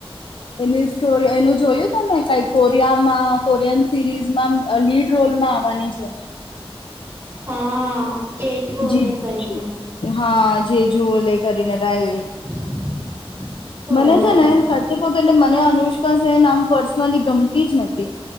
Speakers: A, on the left; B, on the right.
A: એની, સોરી, એનું જોયું તમે, કઈ કોરિયામાં, કોરિયન સિરીઝમાં લીડ રોલ. માં આવવાની છે.
B: હા, કેજુ
A: જીત
B: ઓલે કરીને.
A: હા, જે જુઓ લે કરીને. રાઈટ
B: <unintelligible> હા
A: મને છે ને, સાચું કહુ તો, એટલે મને અનુષ્કા સેન આમ પર્સનલી ગમતી જ નથી.